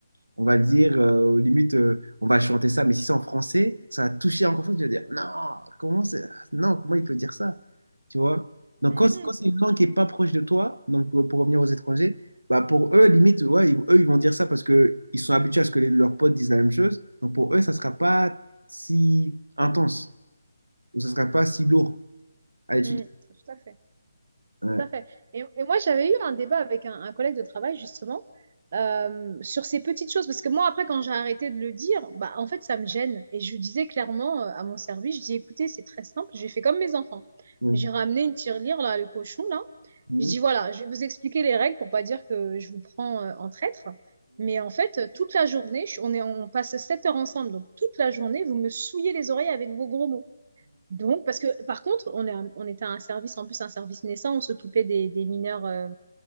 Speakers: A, on the right; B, on the right.
A: On va dire, euh, limite, euh, on va chanter ça, mais si c'est en français, ça va toucher encore plus. Tu vas dire, non, comment c'est... non, comment il peut dire ça? Tu vois? Donc,
B: Mhm,
A: quand, c'est quand c'est une langue qui est pas proche de toi, donc pour, pour revenir aux étrangers, bah pour eux, limite, ouais, ils- eux, ils vont dire ça parce que ils sont habitués à ce que les- leurs potes disent la même chose. Donc, pour eux, ça sera pas si intense ou ça sera pas si lourd à étudier.
B: mm, tout à fait.
A: Ouais.
B: Tout à fait. Et, et moi, j'avais eu un débat avec un, un collègue de travail, justement, euh, sur ces petites choses. Parce que moi, après, quand j'ai arrêté de le dire, bah, en fait, ça me gêne. Et je lui disais clairement euh, à mon service, je dis, écoutez, c'est très simple, j'ai fait comme mes enfants.
A: Mhm.
B: J'ai ramené une tirelire, là, le cochon, là.
A: Mhm.
B: Je dis, voilà, je vais vous expliquer les règles pour pas dire que je vous prends euh, en traître. Mais en fait, euh, toute la journée, je- on est, on passe 7 heures ensemble. Donc, toute la journée, vous me souillez les oreilles avec vos gros mots. Donc, parce que par contre, on, est on était un service, en plus un service naissant, on s'occupait des, des mineurs, euh,